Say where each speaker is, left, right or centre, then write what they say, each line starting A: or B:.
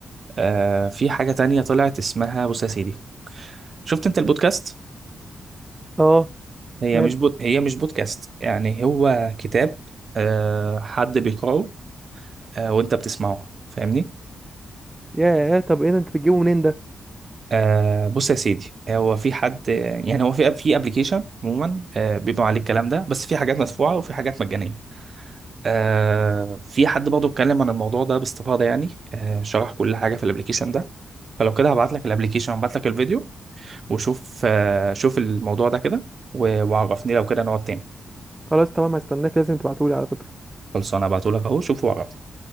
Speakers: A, on the right; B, on the right.
A: آه، في حاجه تانية طلعت اسمها بص يا سيدي شفت انت البودكاست
B: اه
A: هي
B: ماله
A: مش بود... هي مش بودكاست يعني هو كتاب آه، حد بيقراه آه، وانت بتسمعه فاهمني
B: ياه طب ايه ده انت بتجيبه منين ده
A: آه بص يا سيدي هو في حد يعني هو في في ابلكيشن عموما آه بيبقى عليه الكلام ده بس في حاجات مدفوعه وفي حاجات مجانيه آه في حد برضه اتكلم عن الموضوع ده باستفاضه يعني آه شرح كل حاجه في الابلكيشن ده فلو كده هبعت لك الابلكيشن وابعت لك الفيديو وشوف آه شوف الموضوع ده كده و- وعرفني لو كده نقعد تاني
B: خلاص تمام هستناك لازم تبعتهولي على فكره
A: خلصانه هبعته لك اهو شوفه وعرفني